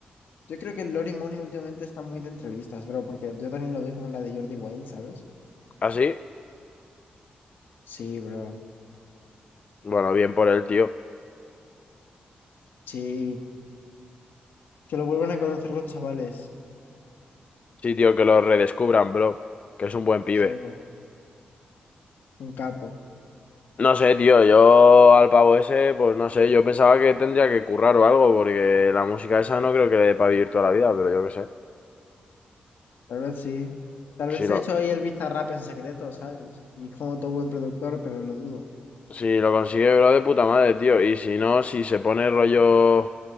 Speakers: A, on the left; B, on the left.
A: Yo creo que Lori Money últimamente está muy de entrevistas, bro, porque yo también lo veo como la de Jordi Wild, ¿sabes?
B: ¿Así?
A: Sí, bro.
B: Bueno, bien por él, tío.
A: Sí. Que lo vuelvan a conocer los chavales.
B: Sí, tío, que lo redescubran, bro. Que es un buen pibe.
A: Cerdo. Un capo.
B: No sé, tío, yo al pavo ese, pues no sé, yo pensaba que tendría que currar o algo, porque la música esa no creo que le dé para vivir toda la vida, pero yo qué sé.
A: Tal vez sí. Tal
B: Si
A: vez se
B: lo,
A: ha hecho ahí el rap en secreto, ¿sabes? Y es como todo buen productor, pero lo dudo.
B: si lo consigue, bro, de puta madre, tío. Y si no, si se pone rollo, yo